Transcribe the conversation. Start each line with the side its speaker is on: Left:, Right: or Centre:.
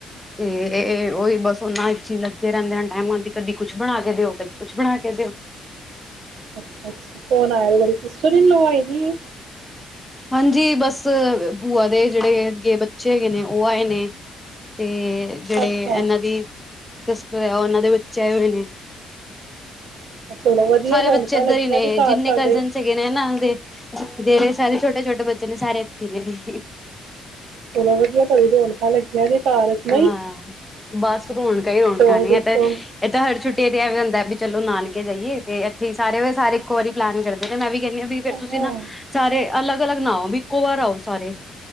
Centre: ਤੇ
Right: ਅੱਛਾ
Centre: ਐ ਐ ਉਹੀ
Right: ਅੱਛਾ
Centre: ਬਸ ਉਹਨਾਂ ਈ ਅਸੀਂ ਲੱਗੇ ਰਹਿੰਣੇ ਹਰ ਟਾਈਮ ਆਉਦੀ ਕਦੀ ਕੁੱਛ ਬਣਾ ਕੇ ਦਿਓ ਕਦੀ ਕੁਛ ਬਣਾ ਕੇ ਦਿਓ।
Right: ਅੱਛ, ਅੱਛਾ ਫੋਨ ਆਇਆਰੀ ਤੁਹਾਡੀ ਸਿਸਟਰ ਇਨ ਲੋ ਨਈ ਓ
Centre: ਹਾਂਜੀ, ਬਸ ਬੂਆ ਦੇ ਜਿਹੜੇ ਅੱਗੇ ਬੱਚੇ ਹੈਗੇ ਨੇ ਉਹ ਆਏ ਨੇ ਤੇ
Right: ਅੱਛਾ
Centre: ਜਿਹੜੇ
Right: ਅੱਛਾ
Centre: ਇਹਨਾਂ ਦੀ ਸਿਸਟਰ ਹੈ ਉਹਨਾਂ ਦੇ ਬੱਚੇ ਆਏ ਹੋਏ ਨੇ।
Right: ਅੱਛਾ, ਚਲੋ ਵਧੀਆ
Centre: ਸਾਰੇ
Right: ਰੌਣਕਾਂ
Centre: ਬੱਚੇ ਇੱਧਰ
Right: ਲੱਗੀਆਂ
Centre: ਹੀ ਨੇ,
Right: ਦੇ ਘਰ
Centre: ਜਿੰਨੇ
Right: ਤੁਹਾਡੇ
Centre: ਕਜਨ ਹੈਗੇ ਨੇ ਨਾਲ ਦੇ ਜਿਹੜੇ ਸਾਰੇ ਛੋਟੇ- ਛੋਟੇ ਬੱਚੇ ਨੇ ਸਾਰੇ ਇੱਥੇ ਹੀ ਨੇ
Right: ਚਲੋ ਵਧੀਆ ਤੁਹਾਡੀ ਰੌਣਕਾਂ ਲੱਗੀਆਂ ਦੇ ਘਰ ਚ ਨਹੀਂ
Centre: ਹਾਂ, ਬਸ ਰੌਣਕਾਂ ਹੀ ਰੌਣਕਾਂ
Right: ਹੋਰ
Centre: ਨੇ
Right: ਦੱਸੋ
Centre: ਇਹ ਤਾਂ ਇਹ ਤਾਂ ਹਰ ਛੁੱਟੀਆਂ ਤੇ ਐਵੇ ਵੀ ਹੁੰਦਾ ਵੀ ਚਲੋ ਨਾਨਕੇ ਜਾਈਏ ਤੇ ਇੱਥੇ ਹੀ ਸਾਰੇ ਦੇ ਸਾਰੇ ਇੱਕੋ ਵਾਰੀ ਪਲੈਨ ਕਰਦੇ ਨੇ ਮੈਂ ਵੀ ਕਹਿੰਣੀਂ ਬਈ। ਫੇਰ
Right: ਹਾਂ
Centre: ਤੁਸੀਂ ਨਾ ਸਾਰੇ ਅਲੱਗ, ਅਲੱਗ ਨਾਓ ਵੀ ਇੱਕੋ ਵਾਰ ਆਓ ਸਾਰੇ।